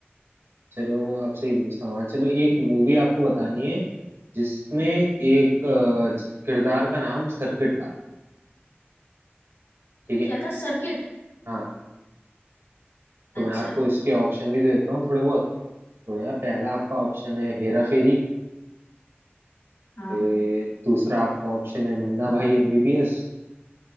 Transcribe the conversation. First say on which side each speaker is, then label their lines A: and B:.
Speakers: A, on the right (about 75°); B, on the left (about 75°).
A: चलो आपसे ये पूछता हूँ हाँ, चलो एक मूवी आपको बतानी है जिसमें एक अह, किरदार का नाम सर्किट था ठीक है
B: क्या था सर्किट
A: हाँ, तो
B: अच्छा
A: मैं आपको इसके ऑप्शन भी दे देता हूँ थोड़े बहुत तो यार पहला आपका ऑप्शन है हेरा फेरी
B: हाँ
A: ए, दूसरा आपका ऑप्शन है मुन्ना भाई एमबीबीएस